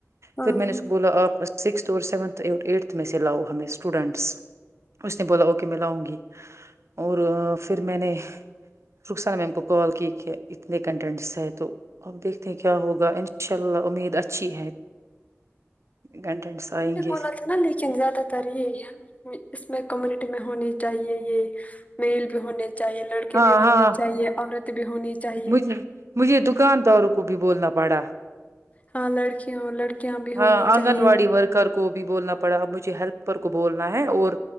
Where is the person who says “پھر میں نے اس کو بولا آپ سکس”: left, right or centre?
Right